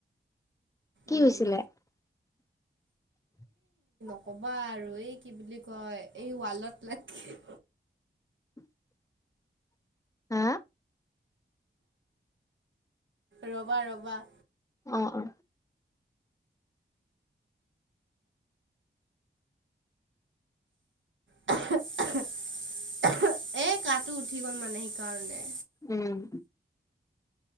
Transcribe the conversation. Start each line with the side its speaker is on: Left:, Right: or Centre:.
Left: কি
Right: উম।
Left: হৈছিলে? <unintelligible>
Right: কবা আৰু এই কি বুলি কয় এই ৱালত লাগি
Left: <unintelligible> হ
Right: ৰবা ৰবা।
Left: অ অ।
Right: <unintelligible> এ কাটো উঠি গ'ল মানে সেইকাৰণে।
Left: উম।